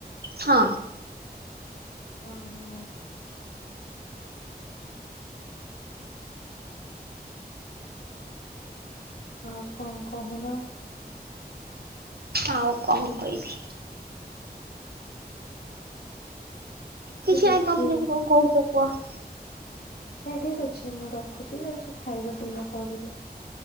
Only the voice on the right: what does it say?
ହଁ।
ଆଉ କଣ କହିବି? କିଛି
ନାହିଁ
ତମେ ଯଦି କଣ କହୁଚ କୁହ।